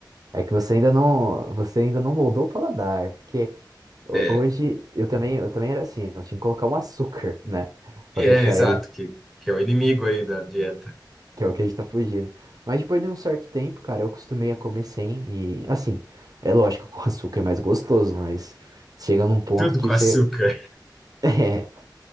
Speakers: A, on the right; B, in the centre.
A: é que você ainda não, você ainda não moldou o paladar, porque Ho-
B: É,
A: Hoje eu também, eu também era assim, eu tinha que colocar um açúcar, né? Pra
B: é
A: deixar
B: exato,
A: ele,
B: que, que é o inimigo aí da dieta.
A: que é o que a gente tá fugindo. Mas depois de um certo tempo, cara, eu acostumei a comer sem e assim, é lógico que o açúcar é mais gostoso, mas chega num ponto
B: Tudo
A: que
B: com
A: você
B: açúcar.
A: <laughs> é,